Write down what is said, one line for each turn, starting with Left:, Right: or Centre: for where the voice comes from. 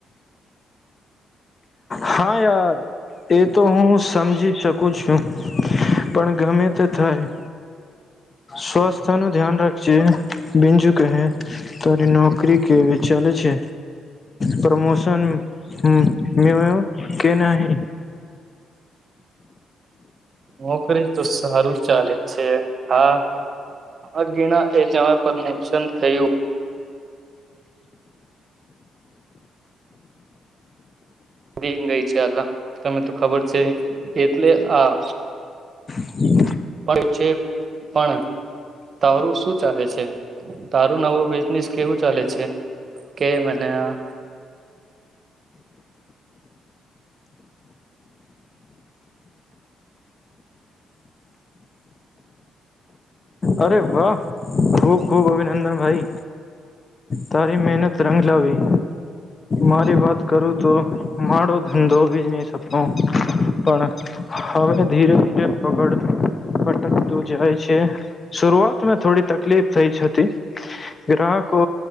Left: હા યાર એ તો હું સમજી શકું છું પણ ગમે તે થાય સ્વાસ્થ્ય નું ધ્યાન રાખજે બિજુ કહે તરી નોકરી કેવી ચાલે છે પ્રમોશન હમ મે હોું કે નહિ
Right: નોકરી તો સારું ચાલે છે હા હા ગીણા એ જવા પ્રમોશન થયું <unintelligible> અલા ગઈ છે અલા તમે તો ખબર છે એટલે આ
Left: <inaudible>
Right: પણ છે પણ તારું શું ચાલે છે તારું નવો બિઝનેસ કેવું ચાલે છે કે મને આ
Left: અરે વાહ ખૂબ ખૂબ અભિનંદન ભાઈ તારી મહેનત રંગલાવી મારી વાત કરું તો માડો ધંધો બી જ નહી સપનો, પણ હવે ધીરે ધીરે પગડ પટકતું જાય છે. શરઆતમાં થોડી તકલીફ થઈ હતી. ગ્રાહકો